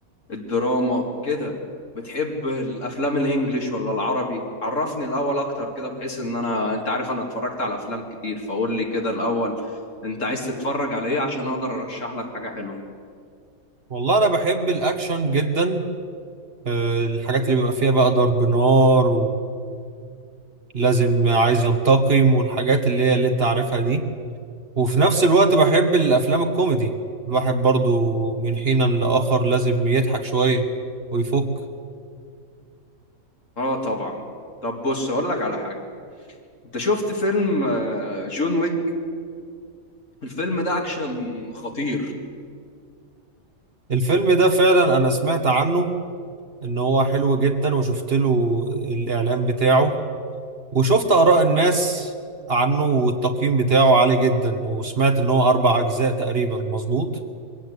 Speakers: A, on the left (about 60°); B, on the right (about 45°).
A: الدراما كده بتحب الأفلام الإنجليش ولا العربي عرفني الأول أكتر كده بحيث إن أنا أنت عارف أنا اتفرجت على أفلام كتير فقول لي كده الأول أنت عايز تتفرج على إيه عشان أقدر أرشح لك حاجة حلوة
B: والله انا بحب الاكشن جدا آه، الحاجات اللي بيبقى فيها بقى ضرب نار ولازم عايز ينتقم والحاجات اللي هي اللي انت عارفها دي وفي نفس الوقت بحب الافلام الكوميدي الواحد برضو من حين لآخر لازم يضحك شوية ويفك
A: آه طبعا طب بص أقول لك على حاجة أنت شفت فيلم آه، جون ويك الفيلم ده أكشن خطير
B: الفيلم ده فعلا انا سمعت عنه ان هو حلو جدا وشفت له الاعلان بتاعه وشفت اراء الناس عنه والتقييم بتاعه عالي جدا وسمعت ان هو اربع اجزاء تقريبا مظبوط